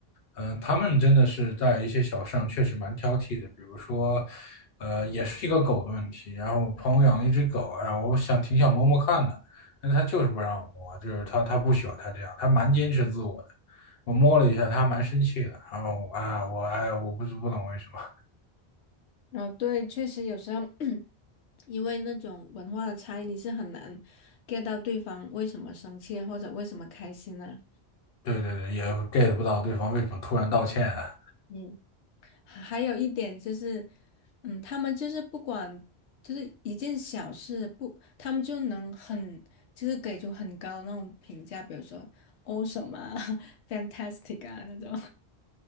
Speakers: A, on the left (about 65°); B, on the left (about 85°).
A: 嗯、呃他们真的是在一些小事上确实蛮挑剔的，比如说，呃，也是一个狗的问题。然后我朋友养了一只狗，然后我想挺想摸摸看的，但他就是不让我摸，就是他他不喜欢他这样，他蛮坚持自我的。我摸了一下，他还蛮生气的。然后我哎，我哎，我不知不懂为什么。
B: 啊，对，确实有时候 <clears throat> 因为那种文化的差异，你是很难 get 到对方为什么生气或者为什么开心呢？
A: 对对对，也 get 不到对方为什么突然道歉啊。
B: 嗯，还还有一点就是，嗯，他们就是不管就是一件小事不，他们就能很就是给出很高的那种评价，比如说 awesome 啊 <laughs> fantastic 啊那种。